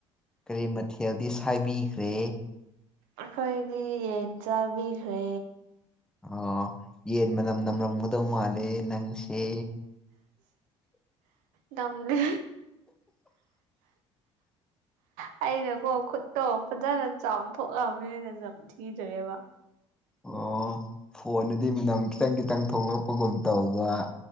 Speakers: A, in the centre; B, on the right (about 55°).
A: ꯀꯔꯤ ꯃꯊꯦꯜꯗꯤ ꯁꯥꯏꯕꯤꯈ꯭ꯔꯦ
B: ꯑꯩꯈꯣꯏꯗꯤ ꯌꯦꯟ ꯆꯥꯕꯤꯈ꯭ꯔꯦ
A: ꯑꯣ ꯌꯦꯟ ꯃꯅꯝ ꯅꯝꯔꯝꯒꯗꯧ ꯃꯥꯜꯂꯦ ꯅꯪꯁꯦ
B: ꯅꯝꯗꯦ <inaudible> ꯑꯩꯅꯀꯣ ꯈꯨꯠꯇꯣ ꯐꯖꯅ ꯆꯥꯝꯊꯣꯛꯂꯑꯕꯅꯤꯅ ꯅꯝꯊꯤꯗ꯭ꯔꯦꯕ
A: ꯑꯣ ꯐꯣꯟꯗꯗꯤ ꯃꯅꯝ ꯈꯤꯇꯪ ꯈꯤꯇꯪ ꯊꯣꯛꯂꯛꯄꯒꯨꯝ ꯇꯧꯕ